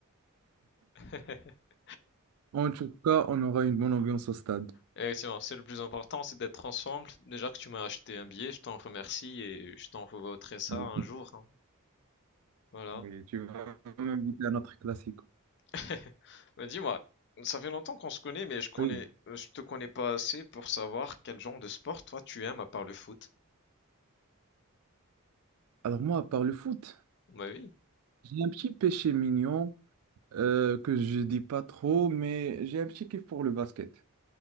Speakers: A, on the left (about 50°); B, on the right (about 75°).
A: <laughs>
B: En tout cas, on aura une bonne ambiance au stade.
A: Effectivement, c'est le plus important, c'est d'être ensemble. Déjà que tu m'as acheté un billet, je t'en remercie et je t'en revaudrai ça
B: Oui,
A: un jour. hein. Voilà.
B: Oui, tu vas m'inviter à notre classique.
A: <laughs> Mais dis-moi, ça fait longtemps qu'on se connaît, mais je connais,
B: Oui.
A: euh, je te connais pas assez pour savoir quel genre de sport toi tu aimes à part le foot.
B: Alors moi, par le foot,
A: Bah oui,
B: j'ai un petit péché mignon euh, que je dis pas trop, mais j'ai un petit kiff pour le basket.